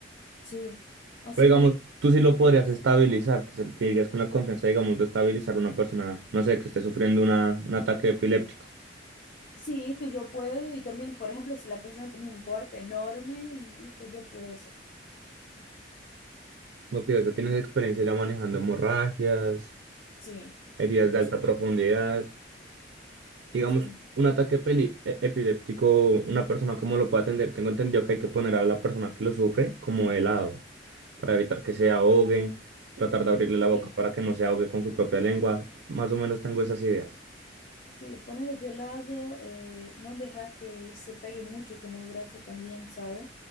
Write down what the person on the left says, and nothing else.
Sí, así
que
eh,
sí,
Sí, esto yo puedo y también, por ejemplo, si la persona tiene un corte enorme y esto yo puedo hacer.
Sí,
esto
sí,
sí,
sí,
sí, ponerlo de lado, eh, no dejar que se pegue mucho con los brazos también, ¿sabes?